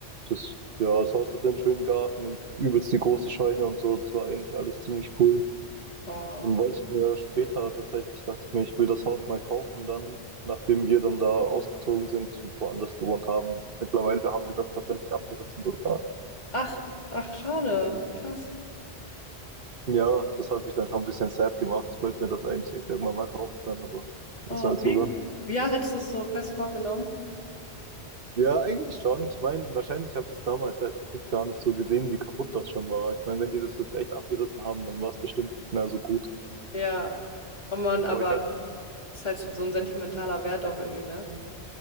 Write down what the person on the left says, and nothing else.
wow.
Ach, ach, schade. Krass.
Oh,
wie?
Ja, hattest du es so fest vorgenommen?
Ja. Oh Mann, aber
das ist halt so ein sentimentaler Wert auch irgendwie, ne?